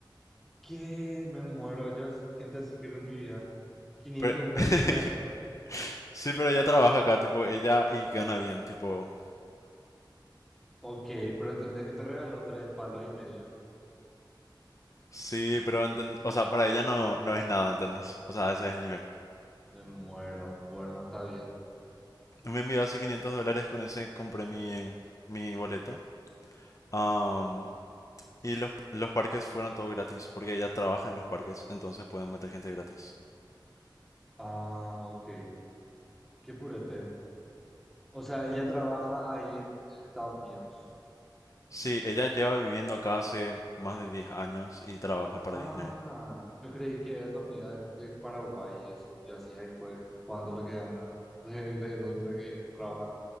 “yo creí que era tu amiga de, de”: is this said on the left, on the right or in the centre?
Centre